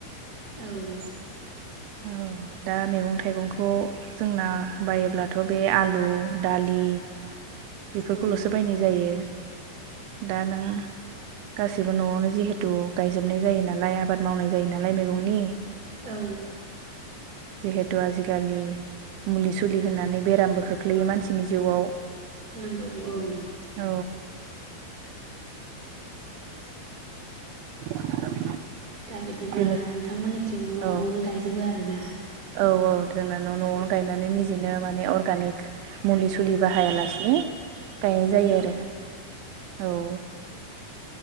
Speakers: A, on the right; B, on the right.
A: औ
B: औ दा मैगं थाइगंखौ जोंना बायोब्लाथ' बे आलु दालि बेफोरखौल'सो
A: औ
B: बायनाय जायो दा नों गासैबो न'आवनो जिहेथु गायजोबनाय जायो नालाय आबाद मावनाय जायो नालाय मैगंनि
A: औ
B: जिहेथु आजिखालि मुलि सुलि होननानै बेरामबो खोख्लैयो मानसिनि जिउआव
A: नोंगौ औ
B: औ <unintelligible>
A: दा बिदिबा
B: बेनि
A: नोंथांमोननिथिं न'
B: औ
A: न'आवनो गायजोबो आरोना
B: औ औ जोंना न' न'आवनो गायनानै निजेनो माने अर्गानिक मुलि सुलि बाहायालासिनो गायनाय जायो
A: औ
B: आरो औ